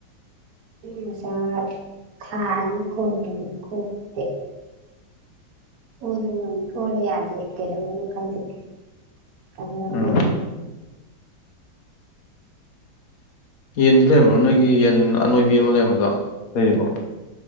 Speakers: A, on the right; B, on the left.
A: ꯃꯁꯥ ꯈꯅꯤ ꯀꯣꯟꯅꯤ ꯈꯇ ꯑꯣꯂ ꯑꯣꯂ ꯌꯥꯗꯦ ꯀꯩꯗꯧꯅꯤ ꯈꯪꯗꯦ ꯀꯜꯅ ꯀꯩꯩꯅ
B: ꯎꯝ ꯌꯦꯟꯗꯤ ꯂꯩꯔꯝꯕ꯭ꯔꯣ ꯅꯣꯏꯒꯤ ꯌꯦꯟ ꯑꯅꯣꯏꯕꯤ ꯑꯃ ꯂꯩꯔꯝꯕꯗꯣ ꯂꯩꯔꯤꯕꯣ